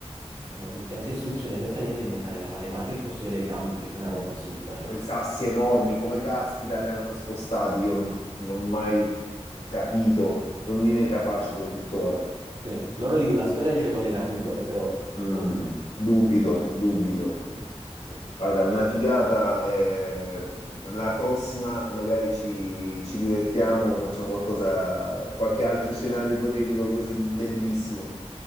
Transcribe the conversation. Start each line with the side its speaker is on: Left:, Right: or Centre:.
Right: eh, non- senza istruzione, senza niente, inventare la matematica e costruire le piramidi, per me è una roba assurda, cioè,
Left: Quei sassi enormi, come caspita, li hanno spostati, io
Right: sì.
Left: non, non ho mai capito, non me ne capacito tuttora.
Right: Sì, loro di- la storia dice con le carrucole, però
Left: Mm,
Right: insomma,
Left: dubito, dubito.
Right: sì, sì,
Left: Guarda, è una figata. eh, la prossima magari ci, ci divertiamo, facciamo qualcosa, qualche altro scenario ipotetico così bellissimo.